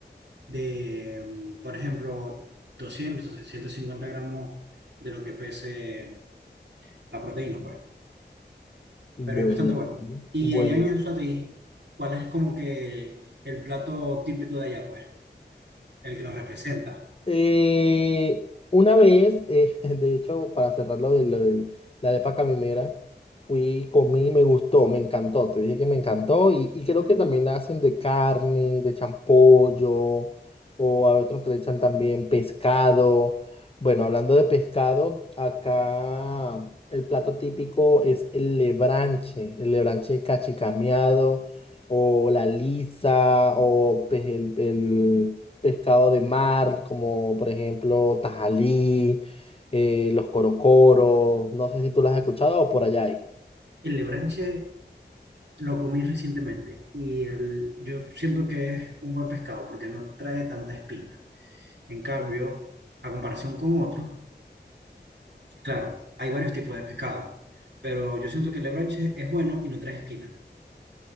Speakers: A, on the right (about 75°); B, on the left (about 30°).
A: de, mm, por ejemplo, doscientos trescientos cincuenta gramos de lo que pese la proteína, pues.
B: Buenísimo,
A: Pero es bastante bueno. Y
B: buenísimo.
A: allá en Anzoátegui, ¿cuál es como que el plato típico de allá, pues? El que los representa.
B: Eh, una vez, eh, <laughs> de hecho, para cerrar lo de, lo de la arepa caminera, fui, comí, me gustó, me encantó. Te dije que me encantó y, y creo que también la hacen de carne, de champollo, o a otros que le echan también pescado. Bueno, hablando de pescado, acá el plato típico es el lebranche, el lebranche cachicameado, o la lisa, o pues, el, el pescado de mar, como por ejemplo tajalí, eh, los corocoros, no sé si tú lo has escuchado o por allá hay.
A: El lebranche lo comí recientemente y el- yo siento que es un buen pescado porque no trae tanta espina. En cambio, a comparación con otros, claro, hay varios tipos de pescado, pero yo siento que el lebranche es bueno y no trae espina.